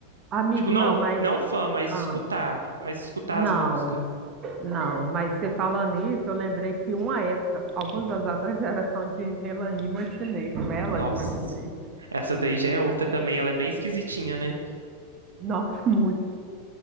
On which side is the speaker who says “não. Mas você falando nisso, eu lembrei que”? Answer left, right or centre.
Right